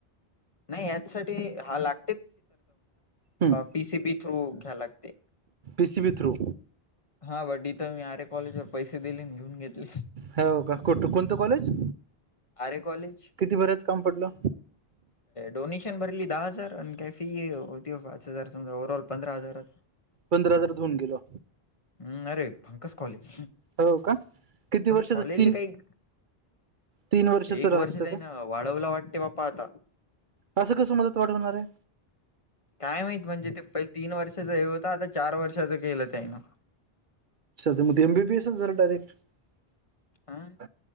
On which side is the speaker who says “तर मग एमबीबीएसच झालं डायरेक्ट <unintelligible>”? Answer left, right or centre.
Right